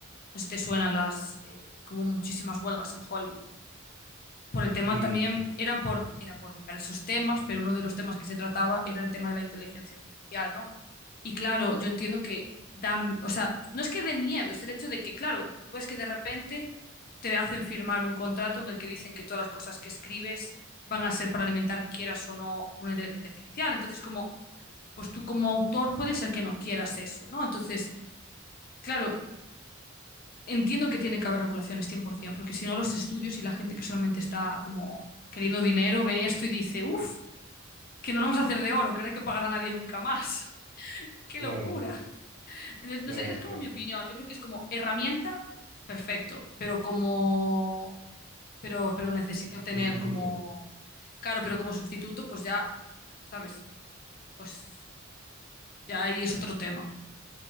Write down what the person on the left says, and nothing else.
No sé si te suenan las, eh, que hubo muchísimas huelgas en Hollywood. Por el tema
también,
eran por, era por diversos temas, pero uno de los temas que se trataba era el tema de la inteligencia artificial, ¿no? Y claro, yo entiendo que da, o sea, no es que dé miedo, es el hecho de que, claro, tú ves que de repente te hacen firmar un contrato en el que dicen que todas las cosas que escribes van a ser para alimentar, quieras o no, una inteligencia artificial. Entonces, como, pues tú como autor puede ser que no quieras eso, ¿no? Entonces, claro, Entiendo que tiene que haber regulaciones 100%, porque si no los estudios y la gente que solamente está como queriendo dinero ve esto y dice, uff, que nos vamos a hacer de oro, que no hay que pagar a nadie nunca más. <laughs> ¡Qué
locura! Entonces, no
sé, esa es
como mi opinión. Yo creo que es como herramienta, perfecto, pero como... Pero, pero necesita tener
como... Claro, pero como sustituto, pues ya, ¿sabes? Pues ya ahí es otro tema.